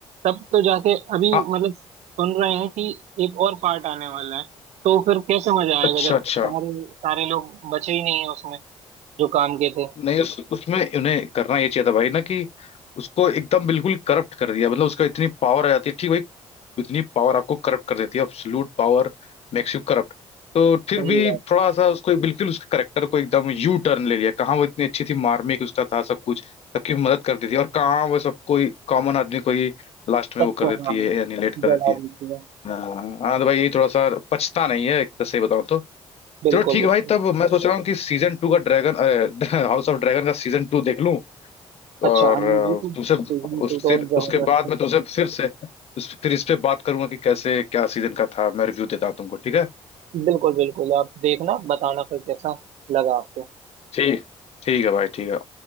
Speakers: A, on the right; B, on the left.
A: तब तो जाके अभी
B: हाँ,
A: मतलब सुन रहे हैं कि एक और पार्ट आने वाला है तो फिर कैसे मजा आएगा
B: अच्छा
A: जब
B: अच्छा
A: सारे सारे लोग बचे ही नहीं है उसमें जो काम के थे
B: नहीं उस, उसमें उन्हें करना ये चाहिए था भाई ना कि उसको एकदम बिल्कुल करप्ट कर दिया मतलब उसका इतनी पावर आ जाती है ठीक भाई इतनी पावर आपको करप्ट कर देती है absolute power makes you corrupt तो फिर
A: सही
B: भी
A: बात
B: थोड़ा सा उसको बिल्कुल उसके करेक्टर को एकदम यू टर्न ले लिया कहाँ वो इतनी अच्छी थी मार्मिक उसका था सब कुछ सबकी मदद करती थी और कहाँ वो सब कोई कॉमन आदमी को ही लास्ट में
A: सबको
B: वो कर देती
A: हाँ
B: है या निलेट कर
A: जला
B: देती है
A: देती है
B: हाँ हाँ तो भाई यही थोड़ा सा पछता नहीं है एक तरह से बताऊँ तो
A: बिल्कुल
B: चलो ठीक
A: बिल्कुल
B: है भाई तब मैं सोच रहा हूँ कि सीजन टू का ड्रैगन हाउस ऑफ ड्रैगन <laughs> का सीजन टू देख लूं
A: अच्छा
B: और
A: हाँ
B: अ,
A: बिल्कुल
B: तुमसे
A: सीजन
B: उस
A: टू तो
B: फिर
A: जबरदस्त
B: उसके बाद
A: है
B: मैं तुमसे फिर से उस फिर इस पे बात करूंगा कि कैसे क्या सीजन का था मैं रिव्यू देता हूं तुमको ठीक है
A: बिल्कुल बिल्कुल आप देखना बताना फिर कैसा लगा आपको
B: ठीक ठीक है भाई ठीक है